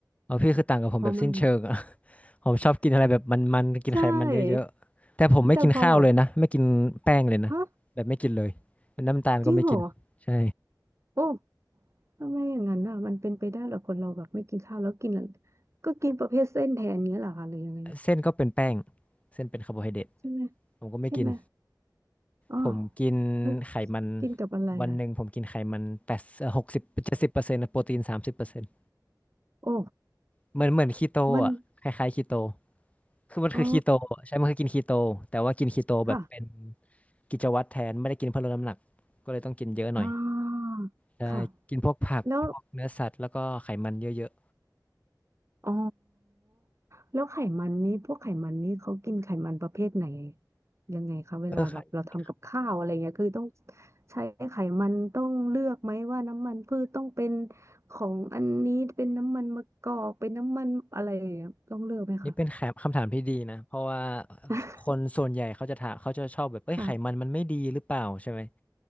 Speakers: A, on the left; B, on the right.
A: เอาพี่คือต่างกับผมแบบสิ้นเชิงอะ
B: พอมัน
A: <laughs> ผมชอบกินอะไรแบบมันๆกินไขมันเยอะๆแต่ผมไม่กินข้าวเลยนะไม่กินแป้งเลยนะแบบไม่กินเลยเปนน้ำตาลก็ไม่กินใช่
B: ใช่แต่พอแบบฮะจริงเหรอโอ้ทำไมอย่างนั้นอ่ะมันเป็นไปได้เหรอคนเราแบบไม่กินข้าวแล้วกินอะไรก็กินประเภทเส้นแทนเงี้ยเหรอคะหรือยังไง
A: เส้นก็เป็นแป้งเส้นเป็นคาร์โบไฮเดรต
B: ใช่ไหม
A: ผมก็ไม่กิน
B: ใช่ไหม อ๋อ
A: ผมกิน
B: แล้ว
A: ไขมัน
B: กินกับอะไรอ่ะ
A: วันหนึ่งผมกินไขมันแปดหกสิบเจ็ดสิบเปอร์เซ็นต์โปรตีนสามสิบเปอร์เซ็นต์
B: โอ้
A: เหมือนเหมือนคีโตอ่ะคล้ายๆคีโต
B: มัน
A: คือมันคือคีโตใช่มันคือกินคีโตแต่ว่ากินคีโตแบบเป็น
B: อ๋อค่ะ
A: กิจวัตรแทนไม่ได้กินเพื่อลดน้ำหนักก็เลยต้องกินเยอะหน่อย
B: อ่า
A: ใช่กินพวกผักพวกเนื้อสัตว์แล้วก็ไขมันเยอะ
B: ค่ะแล้วอ๋อแล้วไขมันนี้พวกไขมันนี้เขากินไขมันประเภทไหนยังไงคะเวลาแบบเราทำกับข้าวอะไรเงี้ยคือต้อง
A: ๆเออค่ะ
B: ใช้ไขมันต้องเลือกไหมว่าน้ำมันพืชต้องเป็นของอันนี้เป็นน้ำมันมะกอกเป็นน้ำมันอะไรอย่างเงี้ยต้องเลือกไหมคะ
A: นี่เป็นแคมคำถามที่ดีนะเพราะว่า
B: <laughs>
A: คนส่วนใหญ่เขาจะถามเขาจะชอบแบบเอ้ยไขมันมันไม่ดีหรือเปล่าใช่ไหม
B: ค่ะ <laughs>